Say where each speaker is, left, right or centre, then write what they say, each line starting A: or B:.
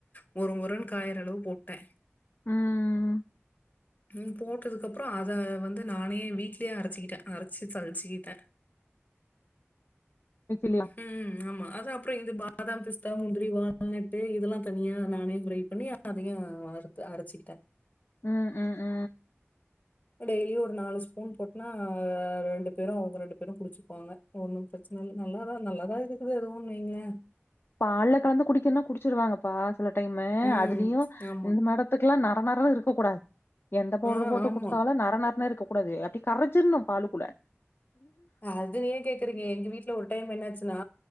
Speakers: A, on the left; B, on the left.
A: மொறு மொறுனு காயிற அளவு போட்ட
B: ம் ம் ம்
A: ம் போட்டதுக்கு அப்றோ அத வந்து நானே வீட்லயே அரைச்சக்கிட்டே அரைச்சி சலுச்சிக்கிட்ட
B: இதில்லே
A: ம் ஆமா அது அப்பறோ இது பாதாம் பிஸ்தா முந்திரி வால்நட்டு் இதெல்லா தனியா நானே ப்ரை பண்ணி அதயு வறுத்து அரைச்சிக்கிட்ட
B: ம் ம் ம்
A: டெய்லியு ஒரு நாலு ஸ்பூன் போட்டனா ரெண்டு பேரு அவுங்க ரெண்டு பேரு குடிச்சுக்குவாங்க ஒண்ணு பிரச்சன இல்ல நல்லாதா நல்லாதா இருக்குது அதுவோன்னு வைங்கலே
B: பால்ல கலந்து குடிக்கனா குடிச்சிருவாங்கப்பா சில டைமு
A: ம்.
B: அதுலயு
A: ஆமா.
B: இந்த மேட த்துகல்லா நர நர இருக்கக் கூடாது எந்த பவுடர்
A: ஆ
B: போட்டு
A: ஆமா.
B: குடுத்தாலோ நர நர இருக்க கூடாது அப்டி கரைச்சின்னோ பாலுக்குள்ள்
A: அது ஏ கேக் றீங்க எங்க வீட்டுல ஒரு டைம் என்னாச்சுன்னா